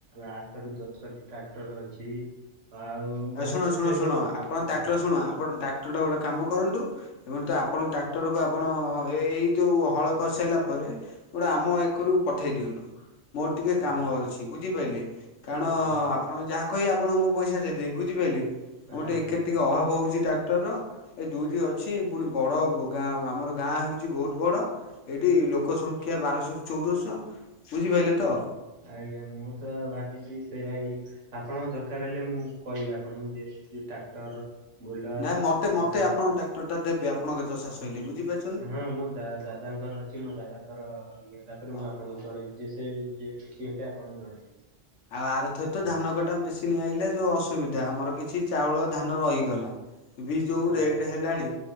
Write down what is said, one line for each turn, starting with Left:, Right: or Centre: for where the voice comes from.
Right: ଆଠ ର ଦଶଟି ଟ୍ରାକ୍ଟର ଅଛି। ଆଉ ଘରେ
Left: ଆ ଶୁଣ
Right: ଘରେ
Left: ଶୁଣ
Right: ତ ଏବେ
Left: ଶୁଣ ଆପଣ ଟାକ୍ଟର,
Right: ଆଜ୍ଞା
Left: ଶୁଣ ଆପଣ ଟ୍ରାକ୍ଟର ଟା ଗୋଟେ କାମ କରନ୍ତୁ ଏବଂ ତ ଆପଣ ଟ୍ରାକ୍ଟର କୁ ଆପଣ ଏ ଏଇ ଯଉ ହଳ କରିସାରିଲା ପରେ ଗୋଟେ ଆମ ଏକରକୁ ପଠେଇ ଦିଅନ୍ତୁ। ମୋର ଟିକେ କାମ
Right: ଆଜ୍ଞା
Left: ଅଛି ବୁଝିପାରିଲେ କାରଣ
Right: ଆଜ୍ଞା
Left: ଆପଣ ଯାହା କହିବେ ଆପଣଙ୍କୁ ମୁଁ ପଇସା ଦେ ଦେଇ ବୁଝିପାରିଲେ ମୁଁର
Right: ଆଜ୍ଞା।
Left: ଟିକେ ଏକରେ
Right: ଆଜ୍ଞା
Left: ଟିକେ ଅଭାବ ହଉଚି ଟ୍ରାକ୍ଟରର ଏ ଦୁଇଟି ଅଛି ପୁଣି ବଡ଼ ଗାଁ ଆମର ଗାଁ ହେଉଚି ବହୁତ୍ ବଡ଼ ଏଇଠି ଲୋକ ସଂଖ୍ୟା ବାରଶହରୁ ଚଉଦଶହ ବୁଝିପାରିଲେତ
Right: ଆଜ୍ଞା ମୁଁ ତ ଭାବିଛି ସେ ଆଇ ଆପଣଙ୍କ ଦରକାର ହେଲେ ମୁଁ କହିବି ଆପଣଙ୍କୁ ଟ୍ରାକ୍ଟର ବୋଲର
Left: ନାଇଁ ମତେ ମତେ
Right: ଏସବୁ
Left: ଆପଣଙ୍କ ଟ୍ରାକ୍ଟରଟା ଦେବେ ଆପଣଙ୍କ ଚଷା ସଇଲେ ବୁଝିପା
Right: ହଁ ମୁଁ ଦା ଦାଦାଙ୍କର ଅ ଛି ମୋ ଦାଦାଙ୍କର ଇଏ ହେଲା ପରେ
Left: ଓହୋ।
Right: ମୁଁ ଆପଣଙ୍କୁ ଜଣେଇବି ଯେ ସେ ଯେମିତି ହେଲେ ଆପଣଙ୍କୁ ଜଣେଇବି।
Left: ଆଉ ଆରଥରେ ତ
Right: ହଁ
Left: ଧାନ କଟା ମେସିନ୍ ଆଇଲା ଯୋଉଁ ଅସୁବିଧା ଆମର କିଛି ଚାଉଳ ଧାନ ରହିଗଲା। ଏ ବି ଯୋଉ
Right: ଆ
Left: ରେଟ ହେଲାଣି